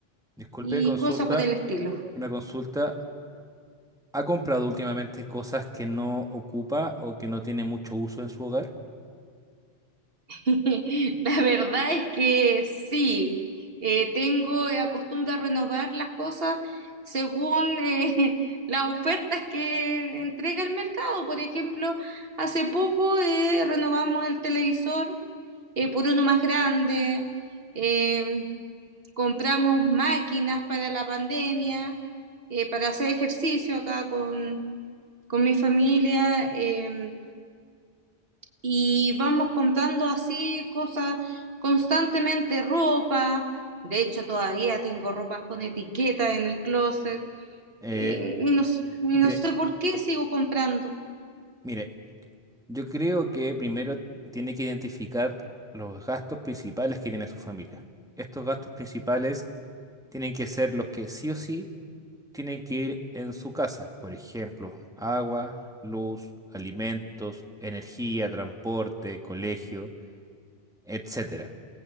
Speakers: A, in the centre; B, on the right.
A: Disculpe,
B: y
A: consulta,
B: cosas por el estilo.
A: una consulta. ¿Ha comprado últimamente cosas que no ocupa o que no tiene mucho uso en su hogar?
B: <laughs> La verdad es que sí, eh, tengo la costumbre de renovar las cosas según eh, <laughs> las ofertas que entrega el mercado. Por ejemplo, hace poco eh, renovamos el televisor eh, por uno más grande, eh, compramos máquinas para la pandemia, eh, para hacer ejercicio acá con, con mi familia. eh, y vamos comprando así cosas constantemente, ropa. De hecho, todavía tengo ropas con etiqueta en el closet
A: Eh,
B: y, y no, s- y
A: mire,
B: no sé por qué sigo comprando.
A: mire, Yo creo que primero tiene que identificar los gastos principales que tiene su familia. Estos gastos principales tienen que ser los que sí o sí tienen que ir en su casa. Por ejemplo, agua, luz, alimentos, energía, transporte, colegio, etcétera.